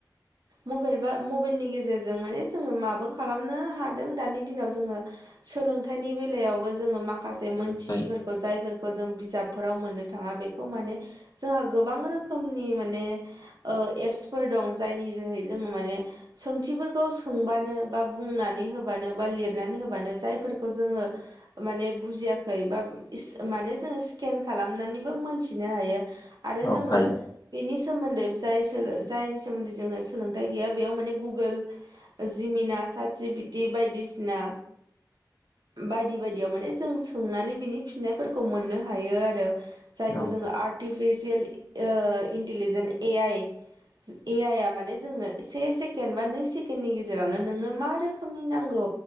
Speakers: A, on the right; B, on the left.
A: मबाइल बा मबाइलनि गेजेरजों माने जोङो माबा खालामनो हादों दानि दिनाव जोङो सोलोंथाइनि बेलायावबो जोङो माखासे जे
B: सोलोंथाइ
A: मोनथियैफोरखौ जायफोरखौ जों बिजाबफोराव मोननो थाङा बेखौ माने जोंहा गोबां रोखोमनि माने एपसफोर दं जायनि जोहै जोङो माने सोंथिफोरखौ सोंबानो बा बुंनानै होबानो बा लिरनानै होबानो जायफोरखौ जोङो माने बुजियाखै बा माने जोङो स्केन खालामनानैबो मोनथिनो हायो आरो
B: औ
A: जोङो
B: हायो
A: बेनि सोमोन्दै जाय सोलो जायनि सोमोन्दै जोङो सोलोंथाइ गैया बेयाव माने गुगोल जिमिना साटिपित बायदिसिना बायदि बायदियाव माने जों सोंनानै बिनि फिन्नायफोरखौ मोननो हायो आरो जायखौ
B: औ
A: जोङो आर्टिफिसियेल ओ इन्टिलिजेन ए आइ ए आइआ माने जोंनो से सेकेण्ड बा नै सेकेण्डनि गेजेरावनो नोंनो मा रोखोमनि नांगौ